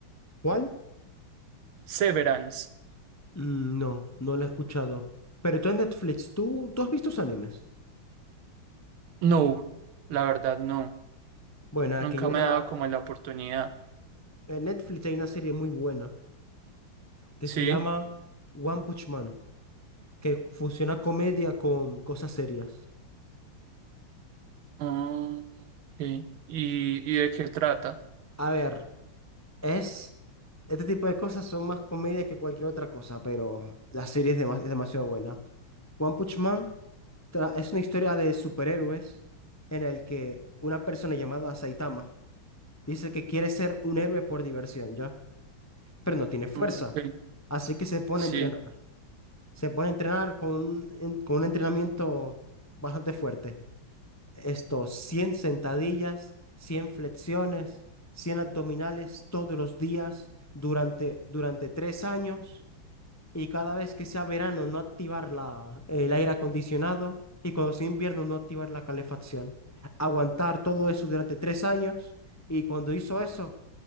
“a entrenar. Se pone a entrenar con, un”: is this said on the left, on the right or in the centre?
Left